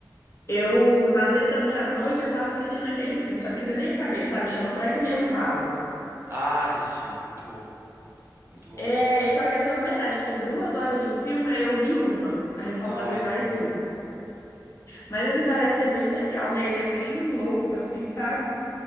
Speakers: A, on the left; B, on the right.
A: Eu, na sexta-feira à noite, eu tava assistindo aquele filme, só que eu ainda nem acabei, sabe? Chama Fragmentado.
B: Ah, já assisti. Muito bom. Muito bom
A: É,
B: mesmo.
A: só que eu tô na metade, porque é duas horas de filme, aí eu vi uma. Aí falta
B: Ah,
A: ver mais
B: sim.
A: um. Mas assim, parece ser bem legal, né? Ele é bem louco, assim, sabe?